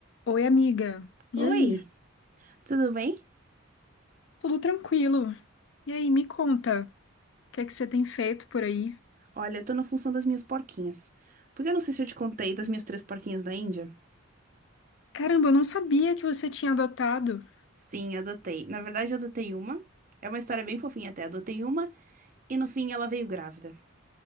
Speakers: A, on the left (about 60°); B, on the right (about 40°).
A: Oi, amiga. E
B: Oi,
A: aí?
B: tudo bem?
A: Tudo tranquilo? E aí, me conta, o que é que você tem feito por aí?
B: Olha, eu tô na função das minhas porquinhas. Porque eu não sei se eu te contei das minhas três porquinhas da Índia.
A: Caramba, eu não sabia que você tinha adotado.
B: Sim, adotei. Na verdade, eu adotei uma. É uma história bem fofinha até. Adotei uma e no fim ela veio grávida.